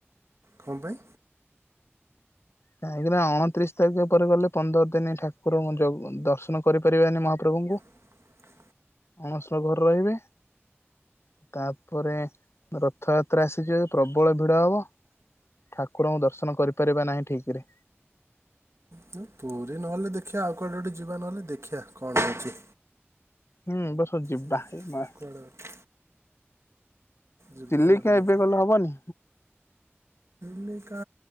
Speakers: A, on the right; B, on the left.
A: କଣ ପାଇଁ
B: କାହିଁକିନା ଅଣତିରିଶ ତାରିଖ ପରେ ଗଲେ ପନ୍ଦର ଦିନ ଠାକୁରଙ୍କୁ ଯୋଉ ଦର୍ଶନ କରିପାରିବାନି ମହାପ୍ରଭୁଙ୍କୁ
A: <inaudible>
B: ଅଣସ ର ଘରେ ରହିବେ ତାପରେ ରଥଯାତ୍ରା ଆସିଯିବ ପ୍ରବଳ ଭିଡ ହବ ଠାକୁରଙ୍କୁ ଦର୍ଶନ କରିପାରିବା ନାହିଁ ଠିକ ରେ
A: ପୌ ପୁରୀ ନହେଲେ ଦେଖିବା ଆଉ କୁଆଡ଼େ ଗୋଟେ ଯିବା ନହେଲେ ଦେଖିବା କଣ ହେଉଛି
B: ହୁଁ ଏ ବର୍ଷ ଯିବା
A: ଦେଖିବା
B: ଇ ମା
A: <unintelligible> ଯିବା
B: ଚିଲିକା
A: ଗୋଟେ ଦେଖିବା
B: ଏବେ ଗଲେ ହବନି
A: ଚିଲିକା